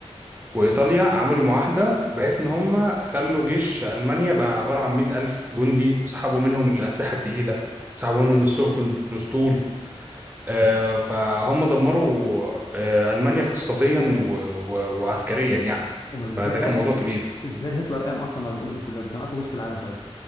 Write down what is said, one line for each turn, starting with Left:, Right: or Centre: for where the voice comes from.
Right: وإيطاليا عملوا معاهدة بحيث إن هم خلوا جيش ألمانيا بقى عبارة عن مئة ألف جندي وسحبوا منهم الأسلحة التقيلة سحبوا منهم السفن الأسطول آه، فهم دمروا آه، ألمانيا اقتصاديا و... و... وعسكريا يعني
Left: امال ازاي
Right: فده كان
Left: آه،
Right: موضوع
Left: إز-
Right: كبير
Left: ازاي هتلر قام اصلا بعد الامم دي كلها ده كان اقوى جيش في العالم